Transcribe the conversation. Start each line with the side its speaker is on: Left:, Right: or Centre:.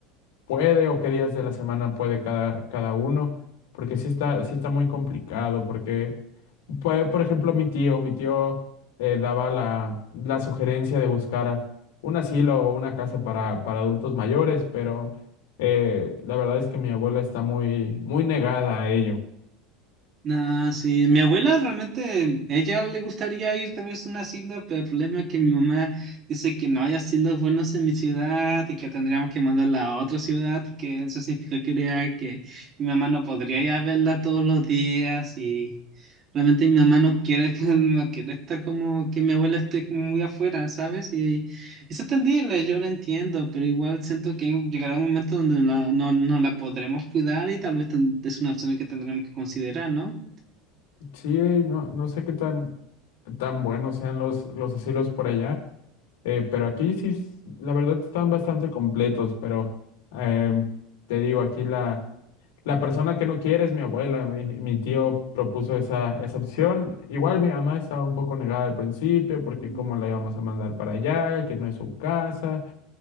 Left: puede o qué días de la semana puede cada, cada uno, porque sí está, sí está muy complicado, porque, pues, por ejemplo, mi tío, mi tío eh, daba la, la sugerencia de buscar un asilo o una casa para, para adultos mayores, pero eh, la verdad es que mi abuela está muy, muy negada a ello.
Right: Ah, sí, mi abuela realmente, ella le gustaría ir tal vez a un asilo, pero el problema es que mi mamá dice que no hay asilos buenos en mi ciudad y que tendríamos que mandarla a otra ciudad y que eso significa que, diría que mi mamá no podría ir a verla todos los días y realmente mi mamá no quiere, <laughs> que- no quiere estar como que mi abuela esté como muy afuera, ¿sabes? Y es entendible, yo lo entiendo, pero igual siento que llegará un momento donde no, no, no la podremos cuidar y tal vez ten- es una opción que tendremos que considerar, ¿no?
Left: Sí, no, no sé qué tan, tan buenos sean los, los asilos por allá, eh, pero aquí sí, s- la verdad están bastante completos, pero em, te digo, aquí la, la persona que no quiere es mi abuela, mi, mi tío propuso esa, esa opción, igual mi mamá estaba un poco negada al principio porque
Right: Mm.
Left: cómo la íbamos a mandar para allá, que no es su casa.